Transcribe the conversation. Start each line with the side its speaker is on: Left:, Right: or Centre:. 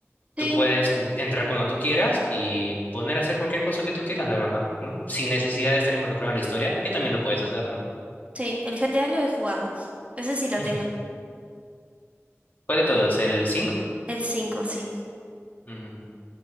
Right: Sí,
Left: tú puedes en- entrar cuando tú quieras y poner a hacer cualquier cosa que tú quieras, la verdad, ¿no? Sin necesidad de estar involucrado en la historia, que también lo puedes hacer, ¿no?
Right: sí, el GTA lo he jugado. Ese sí lo
Left: <laughs>
Right: tengo.
Left: ¿Cuál de todos? ¿El cinco
Right: El 5, sí.
Left: Mm,